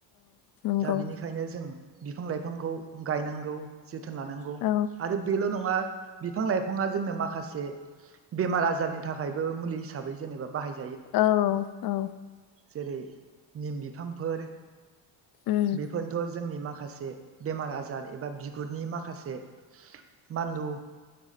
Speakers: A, on the left; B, on the right.
A: नंगौ
B: दा बेनिखायनो जों बिफां लाइफांखौ गायनांगौ जोथोन लानांगौ
A: औ
B: आरो बेल'नङा बिफां लाइफां बिफांया जोंनो माखसे बेमार आजारनि थाखाय मुलि है जेनेबा बाय
A: औ औ।
B: जेरै निम बिफांफोर
A: उम
B: बेफोरनोथ जोंनि माखासे माखासे बेमार आजार एबा बिगुरनि माखासे मानलु